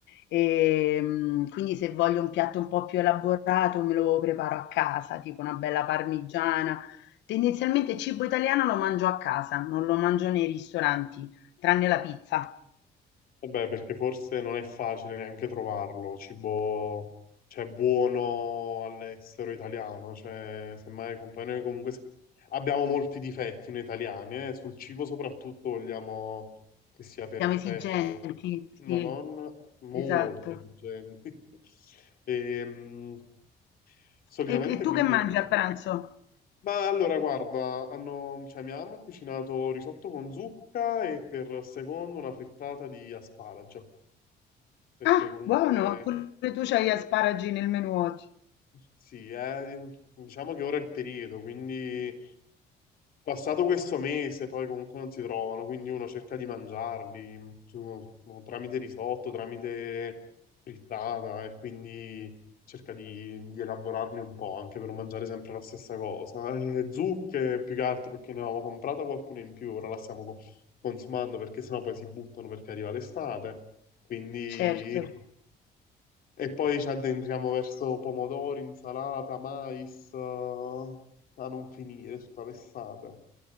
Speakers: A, on the left (about 85°); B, on the left (about 55°).
A: Ehm, quindi se voglio un piatto un po' più elaborato me lo preparo a casa, tipo una bella parmigiana Tendenzialmente il cibo italiano lo mangio a casa, non lo mangio nei ristoranti, tranne la pizza.
B: Vabbè, perché forse non è facile neanche trovarlo, cibo, cioè, buono all'estero italiano, cioè, semmai com- poi noi comunque s- abbiamo molti difetti noi italiani, eh, sul cibo soprattutto vogliamo che sia perfetto,
A: Siamo esigenti, sì,
B: ma non molto
A: esatto.
B: esigenti. <laughs> Ehm, solitamente
A: E, e tu
B: quindi
A: che mangi a pranzo?
B: Ma allora, guarda, hanno, cioè, mia mamma ha cucinato risotto con zucca e per secondo una frittata di asparagi. Perché
A: Ah,
B: comunque,
A: buono, pure tu c'hai gli asparagi nel menù oggi.
B: sì, è- diciamo che ora è il periodo, quindi Passato questo mese, poi comunque non si trovano, quindi uno cerca di mangiarli su- boh, tramite risotto, tramite frittata e quindi cerca di, di elaborarli un po' anche per non mangiare sempre la stessa cosa. E zucche più che altro perché ne avevamo comprata qualcuna in più, ora la stiamo co- consumando perché sennò poi si buttano perché arriva l'estate. Quindi...
A: Certo,
B: E poi ci addentriamo verso pomodori, insalata, mais, eh, a non finire tutta l'estate.